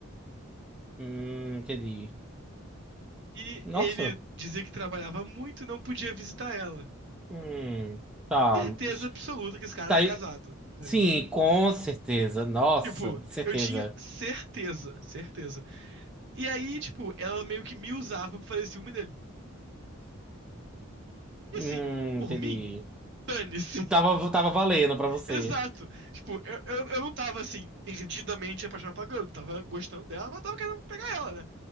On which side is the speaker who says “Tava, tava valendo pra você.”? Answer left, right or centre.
Centre